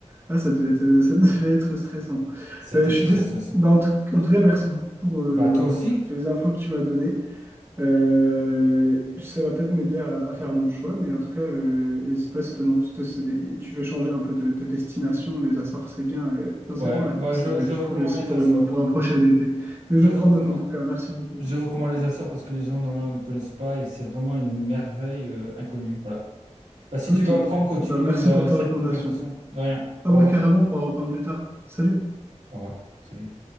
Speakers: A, on the right (about 20°); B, on the right (about 80°).
A: Ah, ça devait être, euh, ça <laughs> devait être stressant.
B: C'était
A: Euh, je suis
B: très
A: dés-
B: stressant.
A: bah, en tout, en tout cas, merci beaucoup pour, euh,
B: Bah toi
A: bah,
B: aussi?
A: pour toutes les infos que tu m'as données. Euh, ça va peut-être m'aider à, à faire mon choix, mais en tout cas, euh, n'hésite pas si, te- si te- c'est des- tu veux changer un peu de, de destination. Les Açores, c'est bien. Et potentiellement,
B: Ouais,
A: la
B: moi
A: Corse,
B: je,
A: ça peut
B: je
A: être
B: recommande
A: cool aussi
B: les
A: pour
B: Açores.
A: une, pour un prochain été. Mais
B: Je
A: je prends
B: recommande,
A: note en tout cas. Merci beaucoup.
B: je recommande les Açores parce que les gens normalement ne connaissent pas et c'est vraiment une merveille euh, inconnue. Voilà. Bah, si
A: Ok.
B: tu veux après, on continue
A: Bah, merci
B: euh,
A: pour ta
B: cette
A: recommandation.
B: conversation. De rien.
A: Ah,
B: Au
A: bah,
B: revoir.
A: carrément, on pourra reprendre plus tard. Salut.
B: Au revoir. Salut.